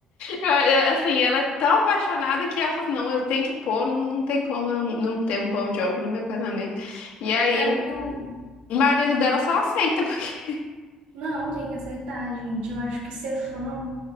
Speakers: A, on the left; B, on the right.
A: eu- Assim, ela é tão apaixonada que ela falou, assim, não, eu tenho que pôr, não não tem como eu não ter um bom job no meu casamento. E aí
B: É muito
A: o
B: legal.
A: marido dela só aceita, porque...
B: Não, tem que aceitar, gente. Eu acho que ser fã